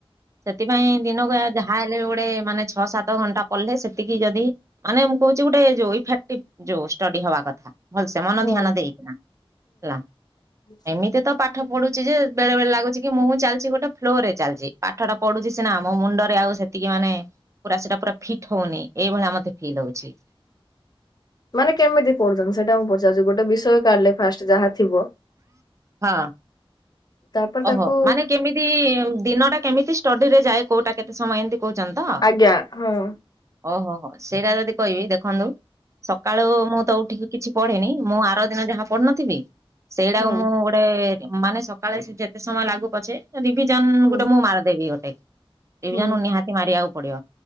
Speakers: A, on the right; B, on the left.
A: ସେଥିପାଇଁ ଦିନକୁ ଯାହା ହେଲେ ଗୋଟେ ମାନେ ଛଅ ସାତ। ସତ ଘଣ୍ଟା ପଡ଼ିଲେ ସେତିକି ଯଦି ମାନେ ମୁଁ କହୁଛି ଗୋଟେ ଯୋଉ ଇଫେକ୍ଟିଭି ଯୋଉ ଷ୍ଟଡି ହବା କଥା। ଭଲସେ ମନ
B: ହଁ
A: ଧ୍ୟାନ ଦେଇକିନା ହେଲା।
B: <unintelligible>
A: ଏମିତି ତ ପାଠ ପଢୁଛି ଯେ ବେଳେ ବେଳେ ଲାଗୁଛି କି ମୁଁ ହଁ ଚାଲିଛି ଗୋଟେ ଫ୍ଲୋର ରେ ଚାଲିଛି ପାଠଟା ପଡୁଛି ସିନା ମୋ ମୁଣ୍ଡରେ ଆଉ ସେତିକି ମାନେ। ପୁରା ସେଇଟା ପୁରା ଫିଟ୍ ହଉନି ଏଇଭଳିଆ ମତେ ଫିଲ୍ ହଉଛି।
B: ମାନେ କେମିତି ପଡୁଛନ୍ତି ସେଇଟା ମୁଁ ପଚାରୁଛି ଗୋଟେ ବିଷୟ କାିଲେ ଫାଷ୍ଟ ଯାହା ଥିବ।
A: ହଁ।
B: ତାପରେ
A: ଓହୋ
B: ତାକୁ
A: ମାନେ କେମିତି ଦିନ ଟା କେମିତି ଷ୍ଟଡି ରେ ଯାଏ କୋଉଟା କେତେ ସମୟ ଏମତି କହୁଛନ୍ତି ତ
B: ଆଜ୍ଞା ହଁ
A: ଓହୋ ହୋ ସେଇଟା ଯଦି କହିବି ଦେଖନ୍ତୁ। ସକାଳୁ ମୁଁ ତ ଉଠିକି କିଛି ପଢେିନି ମୁଁ ଆର ଦିନ ଯାହା ପଢି ନଥିବି ସେଇଟାକୁ
B: ହଁ
A: ମୁଁ ଗୋଟେ ମାନେ ସକାଳେ ଯେତେ ସମୟ ଲାଗୁ ପଛେ। ଡିଭିଜନ
B: ହୁଁ
A: ଗୋଟେ ମୁଁ ମାରିଦେବି ଗୋଟେ ଡିଭିଜନ
B: ହୁଁ
A: ନିହାତି ମାରିବାକୁ ପଡିବ।